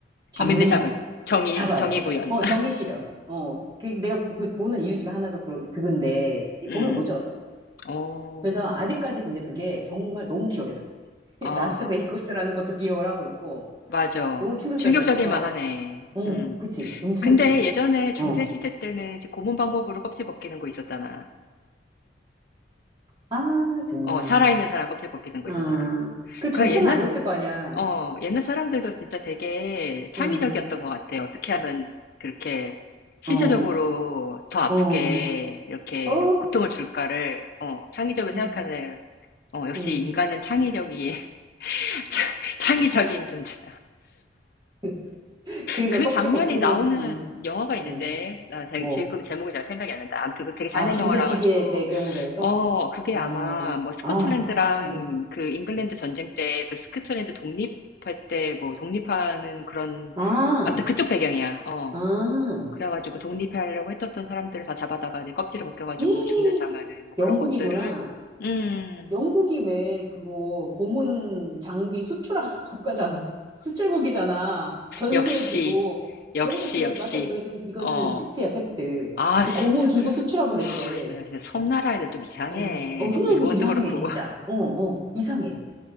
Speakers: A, on the right (about 25°); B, on the left (about 55°).
A: 잡는
B: 범인을 잡을.
A: 거.
B: 정의,
A: 잡아야
B: 정의
A: 돼.
B: 구현.
A: 어, 정의 실현. 어, 그 내가 그 보는 이유 중에 하나도 그, 그건데,
B: 음.
A: 보면 못 잡았어.
B: 어.
A: 그래서 아직까지 근데 그게 정말 너무 기억에 나. <laughs>
B: 아,
A: 라스베이거스라는 것도 기억을 하고 있고,
B: 맞아.
A: 너무 충격적이었어서,
B: 충격적일 만하네.
A: 어,
B: 음.
A: 그치. 너무 충격적이지.
B: 근데 예전에 중세
A: 어,
B: 시대 때는 이제 고문 방법으로 껍질 벗기는 거 있었잖아.
A: 아, 정말.
B: 어, 살아있는 사람 껍질 벗기는 거
A: 어,
B: 있었잖아.
A: 그 전체는
B: 그러니까 옛날
A: 아니었을 거 아니야.
B: 어, 옛날 사람들도 진짜 되게 창의적이었던
A: 응,
B: 것 같아. 어떻게 하면 그렇게 신체적으로
A: 어,
B: 더 아프게
A: 어,
B: 이렇게
A: 어,
B: 고통을 줄까를 어, 창의적으로 생각하는
A: 응,
B: 어, 역시
A: 응.
B: 인간은 창의적이 <laughs> 창- 창의적인 존재.
A: <laughs> 그러니까
B: 그
A: 껍질
B: 장면이
A: 벗김을,
B: 나오는
A: 응,
B: 영화가 있는데,
A: 응,
B: 나
A: 뭐.
B: 지금 제목이 잘 생각이 안 난다. 아무튼 그 되게 잔인한
A: 아, 중세
B: 영화라
A: 시기의
B: 가지고,
A: 배경으로 해서?
B: 어, 그게
A: 어,
B: 아마 뭐 스코틀랜드랑
A: 아, 정말.
B: 그 잉글랜드 전쟁 때 그 스코틀랜드 독립할 때 뭐 독립하는 그런,
A: 아,
B: 아무튼 그쪽 배경이야. 어.
A: 아,
B: 그래가지고 독립하려고 했었던 사람들을 다 잡아다가 이제 껍질을 벗겨가지고
A: 이
B: 죽는 장면을 뭐
A: 영국이구나.
B: 그런 것들을, 음,
A: 영국이 왜 그거 고문 장비 수출하는 <laughs> 국가잖아. 수출국이잖아. 전수해주고.
B: 역시, 역시,
A: 영국, 그래,
B: 역시,
A: 맞아. 이거, 이건, 이거는
B: 어,
A: 팩트야, 팩트.
B: 아,
A: 그
B: 씨,
A: 고문 기구 수출하고 그랬대.
B: 하, 진짜 진짜 섬나라 애들 좀 이상해.
A: 어, 어, 흉내내도
B: 일본도
A: 좀 이상해,
B: 그렇고.
A: 진짜.
B: <laughs>
A: 어, 어, 이상해.